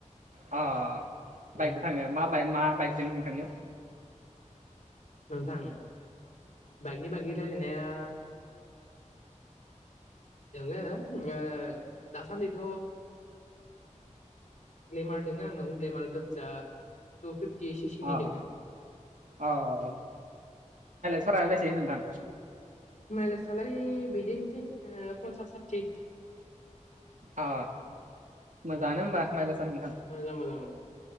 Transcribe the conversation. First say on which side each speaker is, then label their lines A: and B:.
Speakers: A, on the right; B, on the left.
A: अ बाइकजों
B: उम
A: थाङो मा ब मा बाइकजों नोंथांनि
B: नोंथां बाइकनि बागै रायलायनाया दोंङो ओ दासान्दिथ ग्लेमार दोंङो आंनाव ग्लेमार गोज्जा टु फिफ्टि सिसिनि
A: अ
B: दङो
A: अ <unintelligible>
B: आ
A: नोंथां
B: माइलेजलाय बिदिनोसै पन्सास साथि
A: अ मोजाङानो
B: उम
A: होमबा माइला सानदिख
B: मोजां मोजां